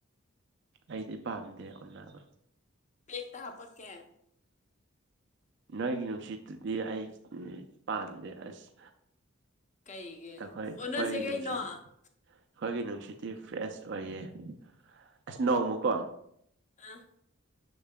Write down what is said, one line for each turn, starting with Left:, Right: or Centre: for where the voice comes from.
Right: ꯑꯩꯗꯤ ꯄꯥꯝꯗꯦ ꯑꯣꯟꯅꯕ
Left: ꯄ꯭ꯂꯦꯛꯇ ꯍꯥꯞꯄꯛꯀꯦ
Right: ꯅꯣꯏꯒꯤ ꯅꯨꯡꯁꯤꯠꯇꯨꯗꯤ ꯑꯩ ꯄꯥꯝꯗꯦ ꯑꯁ
Left: ꯀꯩꯒꯤ
Right: ꯑꯈꯣꯏ
Left: ꯑꯣꯟꯅꯁꯦ
Right: ꯑꯈꯣꯏꯒꯤ
Left: ꯀꯩꯅꯣ
Right: ꯅꯨꯡꯁꯤꯠ
Left: ꯑꯥ
Right: ꯑꯈꯣꯏꯒꯤ ꯅꯨꯡꯁꯤꯠꯇꯤ ꯐ꯭ꯔꯦꯁ ꯑꯣꯏꯌꯦ ꯑꯁ ꯅꯣꯡꯃꯀꯣ
Left: ꯑꯥ